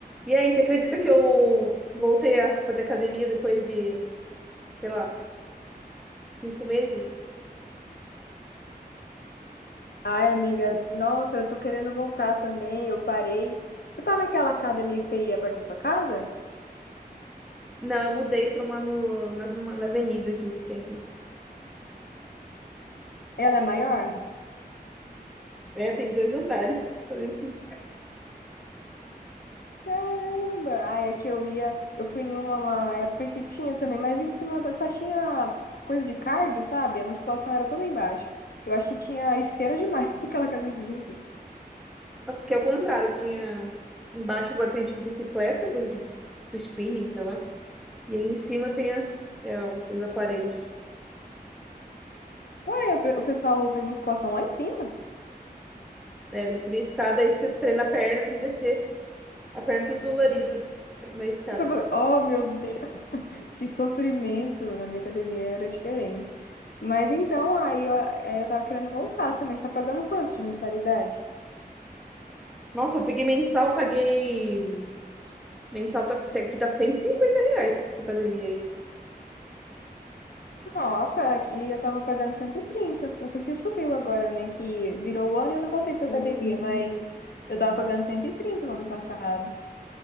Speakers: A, in the centre; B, on the left.
A: E aí, você acredita que eu voltei a fazer academia depois de, sei lá, cinco meses?
B: Ai, amiga, nossa, eu tô querendo voltar também, eu parei. Você tá naquela academia que você ia perto da sua casa?
A: Não, eu mudei para uma no- na, uma- na avenida aqui que tem aqui.
B: Ela é maior?
A: É, tem dois andares. <laughs> "Enfim."
B: Caramba! Ai, aqui eu ia, eu fui em uma, uma época que tinha também, mas em cima da, só tinha coisa de cardio, sabe? A musculação era toda embaixo. Eu acho que tinha esteira demais <laughs> naquela academia.
A: Nossa, que é o contrário. Tinha embaixo agora tem tipo bicicleta, coisa de spinning, sei lá. E aí em cima tem, a, é, o- tem os aparelhos.
B: Ué, o, pe- o pessoal faz musculação lá em cima?
A: É, tem que subir a escada, aí você treina a perna, tem que descer. A perna tudo dolorida na escada.
B: Pra fazer- Oh, meu Deus! que sofrimento na minha academia era diferente. Mas então, aí eu, é, eu tava querendo voltar também. Você tá pagando quanto de mensalidade?
A: Nossa, eu peguei mensal, paguei. Mensal tá, se- aqui tá 150 reais essa academia aí.
B: Nossa, aqui eu tava pagando 130. Não sei se subiu agora, né? Que virou o ano e eu não voltei pra academia, mas eu tava pagando 130 o ano passado.